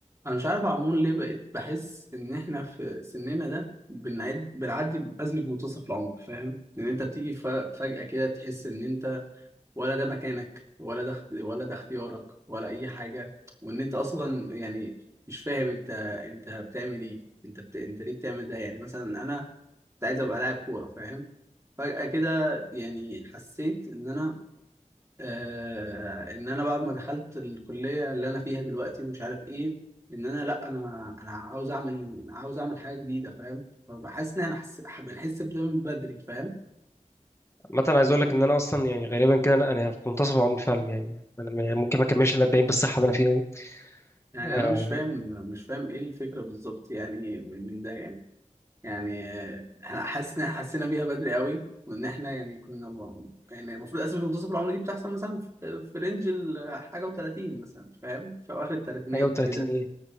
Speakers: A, on the right; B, on the left.
A: انا مش عارف عمون ليه بقيت بحس ان احنا في سننا ده بنعد بنعدي بازمه منتصف العمر فاهم ان انت بتيجي ف- فجاه كده تحس ان انت ولا ده مكانك ولا ده اخت- ولا ده اختيارك ولا اي حاجه وان انت اصلا يعني مش فاهم انت انت بتعمل ايه انت بت... انت ليه بتعمل ده يعني مثلا انا كنت عايز ابقى لاعب كوره فاهم فجاه كده يعني حسيت ان انا آه ان انا بقى لما دخلت الكليه اللي انا فيها دلوقتي ومش عارف ايه ان انا لا انا انا عاوز اعمل عاوز اعمل حاجه جديده فاهم فبحس ان احنا حس... بنحس بده من بدري فاهم
B: مثلا عايز اقول لك ان انا اصلا يعني غالبا كده انا أنا في منتصف العمر فعلا يعني انا م- يعني ممكن ما اكملش ال 40 بالصحه اللي انا فيها دي
A: يعني
B: آه
A: انا مش فاهم مش فاهم ايه الفكره بالظبط يعني من من ده يعني يعني آه، احنا حاسس ان احنا حسينا بيها بدري قوي وان احنا يعني كنا م- يعني المفروض اسباب منتصف العمر دي بتحصل مثلا في في رينج الحاجه و30 مثلا فاهم في اواخر الثلاثينات
B: حاجه و30
A: كده
B: ايه